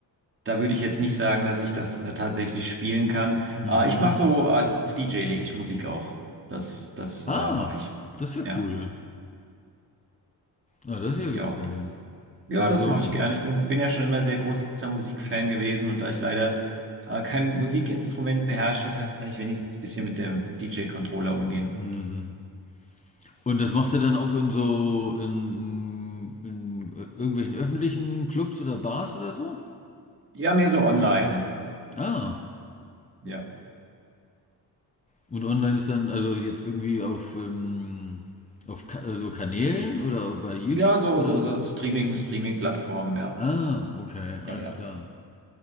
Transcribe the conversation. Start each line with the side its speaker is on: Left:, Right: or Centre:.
Right: würde ich jetzt nicht sagen, dass ich das äh, tatsächlich spielen kann.
Left: Mhm.
Right: Äh, ich mache so als DJ lege ich Musik auf. Das, das äh,
Left: Ah,
Right: mache ich.
Left: das ist ja
Right: Ja,
Left: cool. Ah, das ist ja
Right: ja,
Left: ganz geil.
Right: ja,
Left: In
Right: das
Left: so,
Right: mache ich gern. Ich bin, bin ja schon immer sehr großer Musikfan gewesen und da ich leider äh, kein Musikinstrument beherrsche, kann ich wenigstens ein bisschen mit dem DJ-Controller umgehen.
Left: mhm. Und das machst du dann auch in so in, in irgendwelchen öffentlichen Clubs oder Bars oder so?
Right: Ja, mehr so online.
Left: Ah.
Right: Ja.
Left: Und online ist dann, also jetzt irgendwie auf, ähm, auf Ka also Kanälen oder bei YouTube
Right: Ja, so,
Left: oder?
Right: so, so Streaming, Streaming-Plattformen, ja.
Left: Ah, okay,
Right: Ja,
Left: alles
Right: ja.
Left: klar.